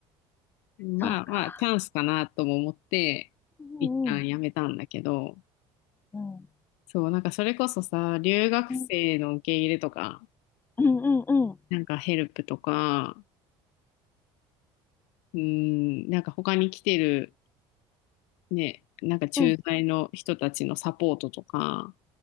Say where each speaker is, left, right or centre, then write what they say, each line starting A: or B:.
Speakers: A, on the left; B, on the left.
A: まあまあ、
B: そうか。
A: チャンスかなとも思って、一旦辞めたんだけど、
B: うんうんうん。
A: そう、なんかそれこそさ、留学生の受け入れとか、
B: うんうんうんうん。
A: なんかヘルプとか、うん、なんか他に来てる、ね、なんか駐在の人たちのサポートとか、
B: うん